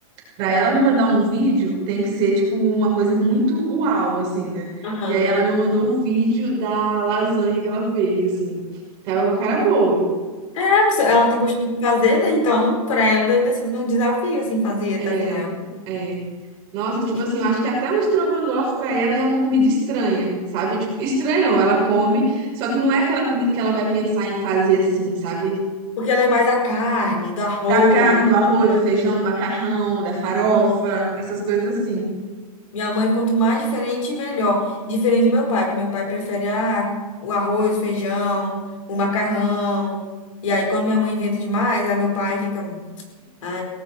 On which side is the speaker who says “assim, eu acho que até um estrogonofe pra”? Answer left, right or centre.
Right